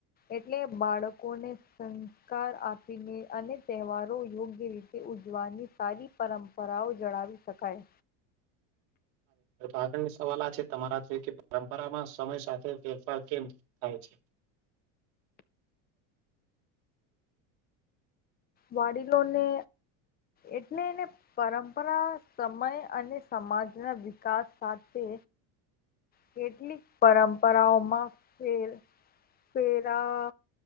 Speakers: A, on the left (about 25°); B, on the right (about 65°).
A: એટલે બાળકોને સંસ્કાર આપીને અને તહેવારો યોગ્ય રીતે તે ઉજવાનની સારી પરંપરાઓ જણાવી શકાય.
B: આગળનો સવાલ આ છે તમારા પરંપરામાં સમય સાથે ફેરફાર કેમ થાય છે.
A: વાડીલો ને એટલે એને પરંપરા સમય અને સમાજના વિકાસ સાથે કેટલીક પરંપરાઓમાં ફેર ફેરા